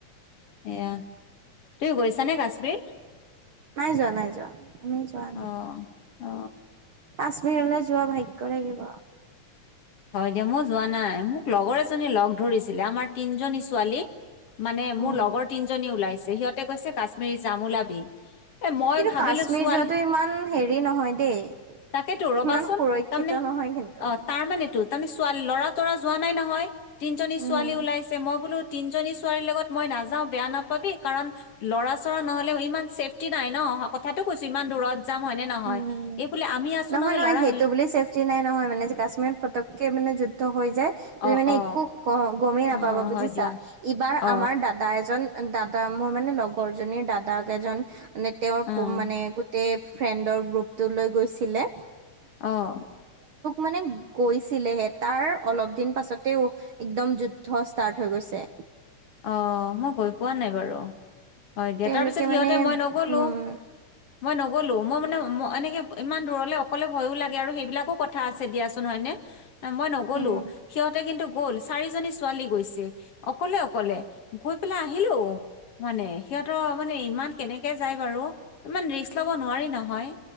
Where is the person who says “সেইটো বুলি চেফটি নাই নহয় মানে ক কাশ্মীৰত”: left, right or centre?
Right